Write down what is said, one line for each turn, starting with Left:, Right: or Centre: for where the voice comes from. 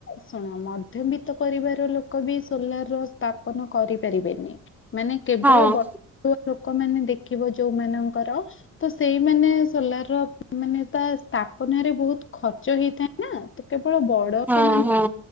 Left: ଶୁଣ ମଧ୍ୟବିତ୍ତ ପରିବାର ଲୋକ ବି ସୋଲାର ର ସ୍ଥାପନ କରିପାରିବେନି ମାନେ କେବଳ
Centre: ହଁ
Left: ବଡ ଲୋକମାନୋନେ ଦେଖିବ ଯୋଉମାନଙ୍କର ତ ସେଇମାନେ ସୋଲାର ର ମାନେ ତା ସ୍ଥାପନାରେ ବହୁତ ଖର୍ଚ୍ଚ ହେଇଥାଏ ନା ତ କେବଳ ବଡ ଲୋକ
Centre: ହଁ
Left: ମାନ
Centre: ହଁ।